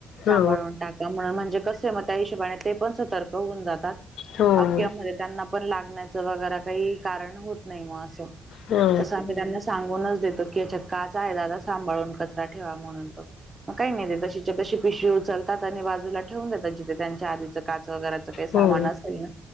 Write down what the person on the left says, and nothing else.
हो
हो
हो
हो